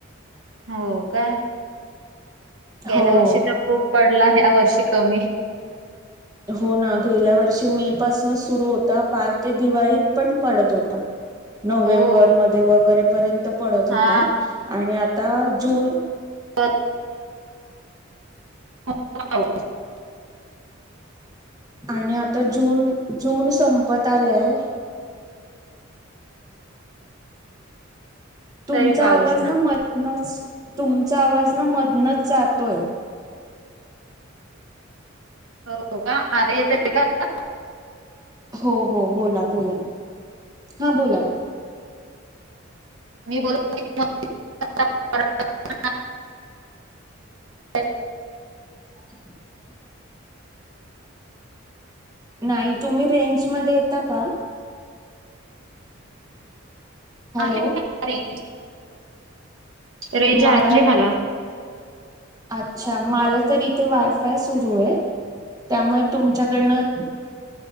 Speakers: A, on the right (about 70°); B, on the right (about 20°).
A: हो का गेल्या
B: हो
A: वर्षी तर खूप पडला ह्या वर्षी कमी
B: हो ना गेल्या वर्षी मे मे पासंन सुरू होता पार ते दिवाळीत पण पडत होता नोव्हेंबर
A: हो
B: मध्ये वगैरे पर्यंत पडत होता
A: हा
B: आणि आता जून
A: ब <inaudible> ह <inaudible>
B: आणि आता जून जून संपत आलाय तुमचा
A: तरी पाऊस
B: आवाज
A: नाही.
B: ना मधनच माधनच तुमचा आवाज ना मधनच जातोय
A: हो का आता येतोय का आता
B: हो हो बोला बोला हा बोला
A: मी बोलते <inaudible> ह <inaudible>
B: <inaudible> नाही तुम्ही रेंज मध्ये येता का हॅलो
A: आहे का? रेंज रेंज
B: मला
A: आहे खाला
B: अच्छा मालं तर इथे वायफाय सुरू हे त्यामुळे तुमच्याकडनं